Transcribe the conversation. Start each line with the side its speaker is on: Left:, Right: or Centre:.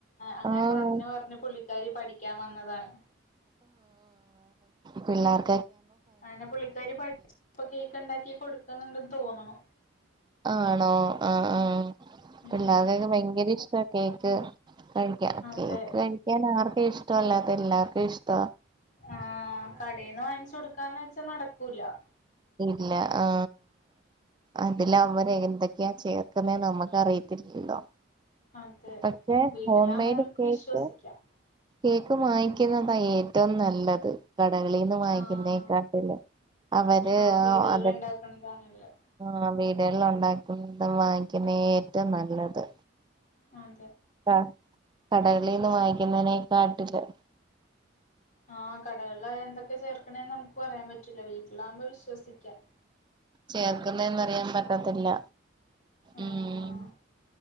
Left: അങ്ങനെ
Right: ആഹ്
Left: പറഞ് പറഞ് പുള്ളിക്ക് ക്കാരി പഠിക്കാൻ വന്നതാണ്
Right: പിള്ളേർ
Left: അങ്ങനെ പുള്ളിക്കാരി പഠിച്ച ഇപ്പൊ കേക്ക് ഉണ്ടാക്കി കൊടു ക്കുന്നുണ്ടെന്ന് തോനുണ്
Right: ആണോ ആ ആ
Left: ഉം
Right: പിള്ളാതെയൊക്കെ ഭയങ്കര ഇഷ്ട കേക്ക് കഴിക്ക
Left: അതെ
Right: കേക്ക് കഴിക്കാൻ ആർക്ക ഇഷ്ടോല്ലാ എല്ലാർക്കും ഇഷ്ട
Left: ആ കടയിൽന്ന് വാങ്ങിച്ച കൊടുക്കാന്ന് വെച്ചാ നട ടക്കൂല
Right: ഇല്ല ആ അതില അവര് എന്തൊക്കെയാ ചേർക്കുന്നേ നമ്മുക്ക് അറിയത്തില്ലല്ലോ
Left: അതെ
Right: പക്ഷെ
Left: വീട്ടിലാപോ
Right: ഹോം മെയ്ഡ്
Left: നമുക്ക്
Right: കേക്ക്
Left: വിശ്വസിക്കാം
Right: കേക്ക് വാങ്ങിക്കുന്നതാഏറ്റവും നല്ലത് കടകളിൽന്ന് വാങ്ങിക്കുന്നേക്കാട്ടിലും
Left: ആഹ്
Right: അവര്
Left: ആഹ്
Right: ആ
Left: വീടുകളിൽ
Right: അത
Left: ഉണ്ടാക്കണതാ നല്ലത്
Right: ആ വീട്ടില് ഉണ്ടാകുന്നത് വാങ്ങിക്കിന്ന ഏറ്റവും നല്ലത്
Left: അതെ
Right: ആ കടകളിൽന്ന് വായിക്കുന്നതിനെ കാട്ടിലും
Left: ആ കടകളിലായ എന്തൊക്കെ ചേർക്കണേന്ന് നമുക്ക് പറയാൻ പ റ്റില വീട്ടിലാവുമ്പോ വിശ്വസിക്ക
Right: ചേർക്കുന്ന എന്ന അറിയാൻ പറ്റത്തില്ല
Left: ആഹ്
Right: ഉം